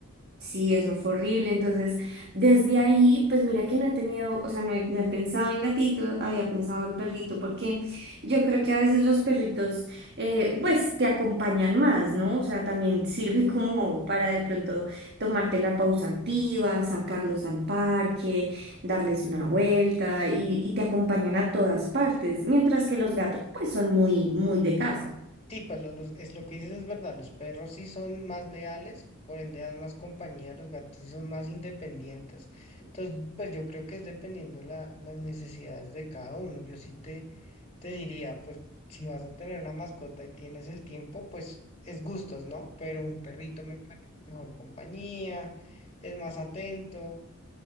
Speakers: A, on the right; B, on the left.
A: Sí, eso fue horrible. Entonces, desde ahí, pues mira que no he tenido, o sea, no he, no he pensado en gatito, había pensado en perrito, porque yo creo que a veces los perritos, eh, pues te acompañan más, ¿no? O sea, también sirve como para de pronto tomarte la pausa activa, sacarlos al parque, darles una vuelta y, y te acompañan a todas partes, mientras que los gatos, pues son muy, muy de casa.
B: Sí, pues los- los- es lo que dices es verdad, los perros sí son más leales, por ende dan más compañía, los gatos sí son más independientes. Entonces, pues yo creo que es dependiendo la, las necesidades de cada uno. Yo sí te, te diría, pues si vas a tener una mascota y tienes el tiempo, pues es gustos, ¿no? Pero un perrito me parece mejor compañía, es más atento,